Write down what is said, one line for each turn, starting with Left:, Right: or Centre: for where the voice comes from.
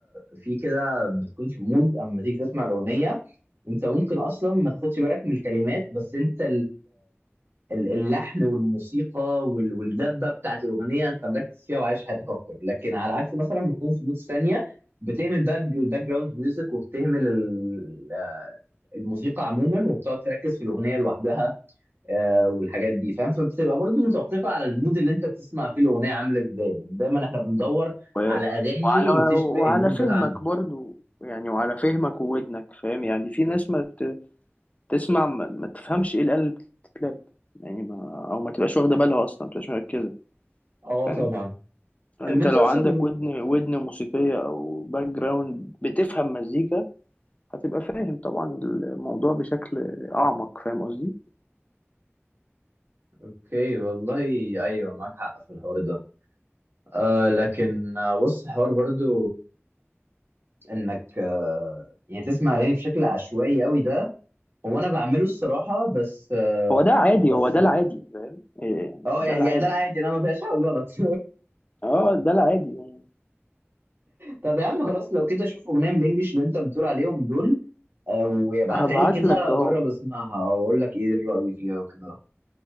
Right: في كده بتكون في مود اما تيجي تسمع الأغنية انت ممكن اصلا ما تاخدش بالك من الكلمات بس انت ال- اللحن والموسيقى وال- والدبه بتاعت الاغنيه انت مركز فيها وعايش حياتك اكتر لكن على عكس مثلا ما تكون في مود ثانيه بتهمل باك الباك جراوند ميوزك وبتهمل ال- آه، الموسيقى عموما وبتقعد تركز في الاغنيه لوحدها آه، والحاجات دي فاهم فبتبقى برضو متوقفه على المود اللي انت بتسمع فيه الاغنيه عامله ازاي لان دايما احنا بندور
Left: و-
Right: على اغاني
Left: وعلى
Right: تشبه
Left: وعلى
Right: المود
Left: فهمك
Right: بتاعنا
Left: برضو يعني وعلى فهمك وودنك فاهم يعني في ناس ما ت- تسمع ما, ما تفهمش ايه الآلة اللي بتتلات يعني ما او ما تبقاش واخده بالها اصلا ما تبقاش مركزه
Right: اه
Left: فاهم
Right: طبعا
Left: انت
Right: ان انت
Left: لو
Right: اصلا
Left: عندك ودن ودن موسيقيه او باك جراوند بتفهم مزيكا هتبقى فاهم طبعا الموضوع بشكل اعمق فاهم قصدي
Right: اوكي والله ايوه معاك حق في الحوار ده آه لكن آه بص حوار برضو انك آه يعني تسمع اغاني بشكل عشوائي قوي ده هو انا بعمله الصراحه بس آه
Left: هو ده عادي
Right: بس
Left: هو ده العادي فاهم إيه يعني
Right: اه
Left: ده
Right: يعني
Left: العادي
Right: يعني ده العادي انا ما فيهاش حاجه غلط <laughs>
Left: اه ده العادي يعني
Right: طب يا عم خلاص لو كده شوف اغنيه من الانجليش اللي انت بتقول عليهم دول آه وابعتها
Left: هبعت
Right: لي كده
Left: لك اه
Right: اجرب اسمعها واقول لك ايه الراي فيها وكده